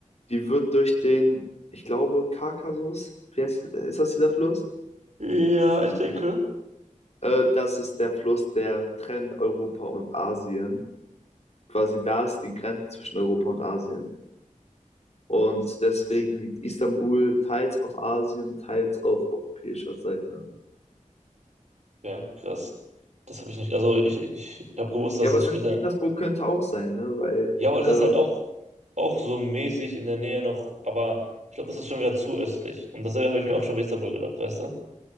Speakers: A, on the left (about 55°); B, on the right (about 60°).
A: Die wird durch den, ich glaube, Kaukasus, wie heißt, ist das dieser Fluss?
B: Ja, ich denke.
A: Äh, das ist der Fluss, der trennt Europa und Asien. Quasi da ist die Grenze zwischen Europa und Asien. Und
B: Krass.
A: deswegen liegt Istanbul teils auf Asien, teils auf europäischer Seite.
B: Ja, krass. Das habe ich nicht. Also ich, ich habe gewusst, dass
A: Ja, aber
B: es
A: St.
B: steht.
A: Petersburg könnte auch sein, ne? Weil,
B: Ja, aber das
A: äh,
B: ist halt auch, auch so mäßig in der Nähe noch. Aber ich glaube, das ist schon wieder zu östlich. Und dasselbe habe ich mir auch schon bei Istanbul gedacht, weißt du?